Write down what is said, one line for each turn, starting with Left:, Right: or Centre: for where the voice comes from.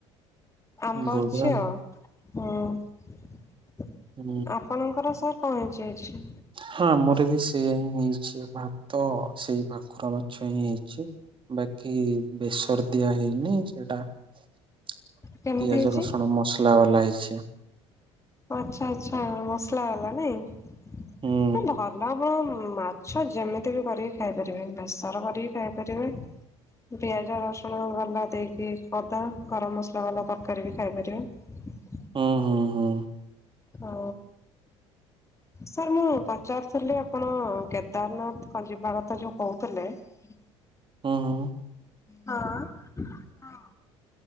Left: ଆମ୍ବ
Right: ବଢିଆ
Left: ଅଛି ଆଉ ହୁଁ
Right: ହୁଁ
Left: ଆପଣଙ୍କର ସାର୍। ହଁ ଯଇଛି।
Right: ହଁ ମୋର ବି ସେୟାହିଁ ହେଇଛି ଭ ତ ସେଇ ଭାକୁର ମାଛ ହିଁ ହେଇଚି। ବାକି ବେସର ଦିଆ ହେଇନି ସେଇଟା ପିଆଜ
Left: କେମିତି ହେଇଛି?
Right: ରସୁଣ ମସଲା ବାଲା ହେଇଚି।
Left: ଆଚ୍ଛା ଆଚ୍ଛା ମସଲା ବାଲା ନାଇଁ
Right: ହୁଁ
Left: ଭଲ କନ ମାଛ ଯେମିତିବି କରିକି ଖାଇପାରିବେ, ବେସର କରିକି ଖାଇପାରିବେ। ପିଆଜ ରସୁଣ ବାଲା ଦେଇକି, ଅଦା ଗରମ ମସଲା ବାଲା ତରକାରୀ ବି ଖାଇପାରିବେ।
Right: ହୁଁ ହୁଁ ହୁଁ।
Left: ହଁ ସାର୍ ମୁଁ ପଚାରୁଥିଲି ଆପଣ କେଦାରନାଥ ଖଲିପା କଥା ଯୋଉ କହୁଥିଲେ ହୁଁ।
Right: ହୁଁ ହୁଁ।
Left: ହଁ ହଁ।